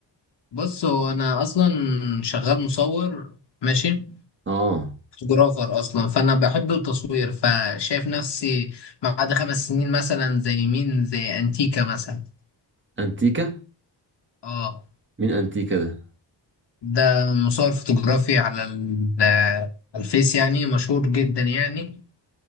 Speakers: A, on the left (about 70°); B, on the right (about 25°).
A: بص هو أنا أصلا شغال مصور ماشي
B: اه
A: فوتوغرافر أصلا فأنا بحب التصوير فشايف نفسي بعد خمس سنين مثلا زي مين زي أنتيكا مثلا
B: انتيكا
A: اه
B: مين انتيكا ده
A: ده مصور فوتوغرافي على ال- على الفيس يعني مشهور جدا يعني